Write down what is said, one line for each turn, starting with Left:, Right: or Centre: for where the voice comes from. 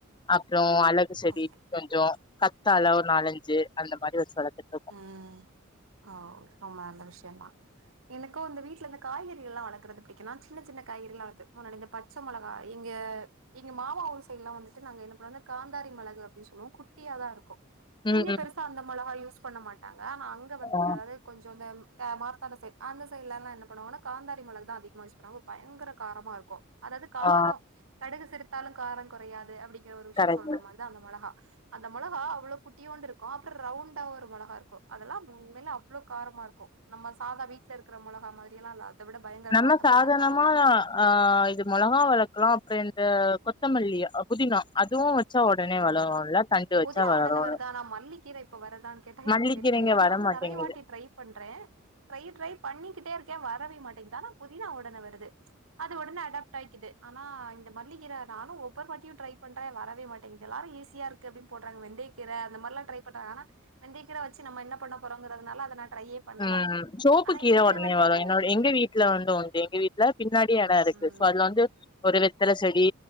Left: அப்றோ அழ குச்செடி
Right: ஓகே
Left: கொஞ்சோ கத்தால ஒரு நாலஞ்சு அந்த மாரி வச்சி வளத்துட்
Right: ம் அ ரொம்ப நல்ல விஷ்யந்தா எனக்கு இந்த வீட்ல இந்த காய்கறிகள்லா வளக்கறது பிடிக்குன்னா சின்ன சின்ன காய்கறிகள்லா வளப்ப முன்னாடி இந்த பச்ச பச்ச மொளகா இங்க எங்க மாமா ஊர் சைட்லா வந்துட்டு நாங்க என்ன பண்ணுவோ காந்தாரி மிளகு அப்டின்னு சொல்லுவோ குட்டியாதா இருக்கு
Left: ம்
Right: இங்க
Left: ம்
Right: பெருசா அந்த மொளகா யூஸ் பண்ண மாட்டாங்க ஆனா அங்க வந்துட்டு
Left: ஆ
Right: அதாது து கொஞ்சோ இந்த மார்த்தாண்டோ சைடு அந்த சைட்ல்லல்லா என்ன பண்ணுவாங்கனா காந்தாரி மிளகு தா அதிகமா யூஸ் பண் ணவோ பயங்கர காரமாருக்கு அதாவது காரோ
Left: ஆ
Right: கடுகு சிரித்தாலு காரோ கொறையாது அப்படிங்கிற ஒரு விஷ்யோ
Left: கரெக்ட்
Right: சொல்ற மாரி தா அந்த மொளகா அந்த மொளகா அவ்ளோ குட்டியோன்டு இருக்கு அப்புறோ ரவுண்டாவுருக் மொளகாருக்கு அதெல்லா உண்மையிலே அவ்ளோ காரமாருக்கு நம்ம சாதா வீட்லருக்குற மொளகா மாதிரியெல்லா இல்லாத் அத விட பயங்கர
Left: நம்ம
Right: காட்டமான
Left: சாதாரணமா
Right: காரமாருக்கு
Left: ஆ இது மொளகா வளக்கலா அப்புறோ இந்த கொத்தமல்லி புதினா அதுவு வச்சா உடனே
Right: ஆ
Left: வளருல்ல தண்டு வச்சா
Right: பொதினா
Left: வளரு
Right: ஒடனே வருதா ஆனா மல்லி கீரை இப்ப வருதான்னு கேட்டா
Left: மல்லிக்கீரைங்க
Right: எனக்கு தெரி முடியல ஏன்னா
Left: வர
Right: நானு
Left: மாட்டேங்குது
Right: நறைய வாட்டி ட்ரை பண்றேன் ட்ரை ட்ரை பண்ணிக்கிட்டே இருக்கே வரவே மாட்டேங்கிது ஆனா புதினா ஒடனே வருது அது ஒடனே அடாப்ட் ஆயிக்கிது ஆனா இந்த மல்லிக்கீரை நானு ஒவ்வொரு வாட்டியு ட்ரை பண்றே வரவே மாட் கிது எல்லாரு ஈசியாருக்கு அப்படின் போட்றாங்க வெந்தையக்கீர அந்த மாரிலா ட்ரை பண்றாங்கா ஆனா வெந்தயக்கீரை வச்சி நம்ம என்ன பண்ண போறோங்கறதுனால அத நா ட்ரையே பண்ணல
Left: ம் ம் சோவப்பு
Right: ஆனா
Left: கீரை
Right: இது
Left: ஒடனே
Right: வந்துட்டு
Left: வரு என்னோட எங்க வீட்ல வந்து உண்டு எங்க வீட்ல பின்னாடி எடோருக்கு
Right: ம்
Left: பெருசா வளந்து ஒரு வெத்தல செடி